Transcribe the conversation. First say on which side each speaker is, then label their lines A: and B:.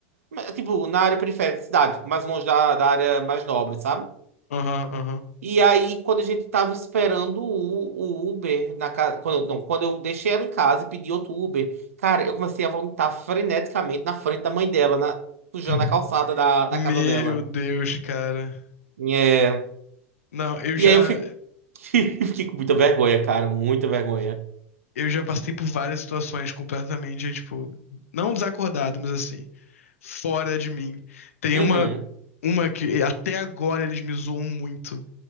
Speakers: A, on the right; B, on the left.
A: na- tipo, na área periférica da cidade. Mais longe da, da área mais nobre, sabe?
B: Aham, aham.
A: E aí, quando a gente tava esperando o, o Uber na casa. Quando, eu- não, quando eu deixei ela em casa e pedi outro Uber, cara, eu comecei a vomitar freneticamente na frente da mãe dela, na- sujando
B: <laughs>
A: a calçada da, da
B: Meu
A: casa dela.
B: Deus, cara.
A: É.
B: Não, eu já.
A: E aí eu fiquei, <laughs> fiquei com muita vergonha, cara, muita vergonha.
B: eu já passei por várias situações completamente, tipo, não desacordado, mas assim, fora de mim. Tem
A: Uhum,
B: uma, uma que até agora eles me zoam muito,